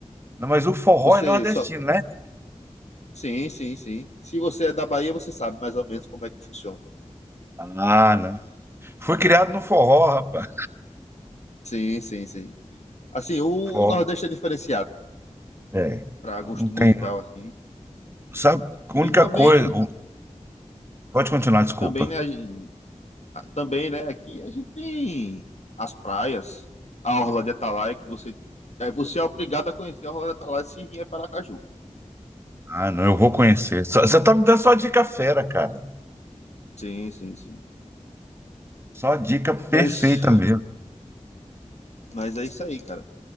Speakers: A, on the right (about 20°); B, on the left (about 65°).
A: Não, mas o forró
B: Você
A: é nordestino,
B: só.
A: né?
B: Sim, sim, sim. Se você é da Bahia, você sabe mais ou menos como é que funciona.
A: Ah, não. Fui criado no forró, rapaz.
B: Sim, sim, sim. Assim, o
A: Forró.
B: Nordeste é diferenciado
A: É.
B: para gosto
A: Não tem.
B: musical,
A: não.
B: assim.
A: Sabe, a única
B: E também,
A: coisa.
B: né?
A: o- Pode continuar, desculpa.
B: Também, né? a gente- a- Também, né? Aqui a gente tem as praias, a Orla de Atalaia, que você. é, Você é obrigado a conhecer a Orla de Atalaia se vier para Aracaju.
A: Ah, não, eu vou conhecer. Só- Você tá me dando só dica fera, cara.
B: Sim, sim, sim.
A: Só dica perfeita
B: Mas,
A: mesmo.
B: mas é isso aí, cara.